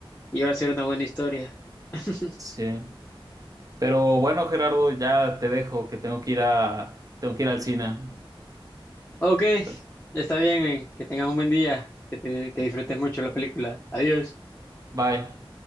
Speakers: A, on the left; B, on the right.
A: y iba a ser una buena historia. <laughs>
B: Sí. Pero bueno, Gerardo, ya te dejo, que tengo que ir a, tengo que ir al cine.
A: Ok,
B: Pero-
A: está bien, eh, que tengas un buen día, que, te- que
B: y-
A: disfrutes mucho la película. Adiós.
B: Bye.